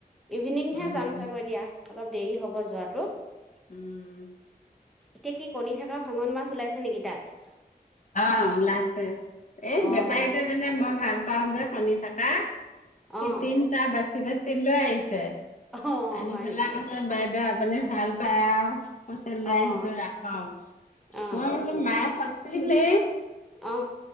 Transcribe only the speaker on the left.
উম
উম
অ ওলাইছে এ
বেপাৰীটো মানে মই ভাল ভাল পাওঁ যে কণী থকা
তিনিটা বাচি বাচি লৈ আহিছে
আনি
পেলাই
কৈছে বাইদেউ আপুনি ভাল পায় আও কৈছে লৈ
আহিছো ৰাখক
মই বোলে মাছ আছিলে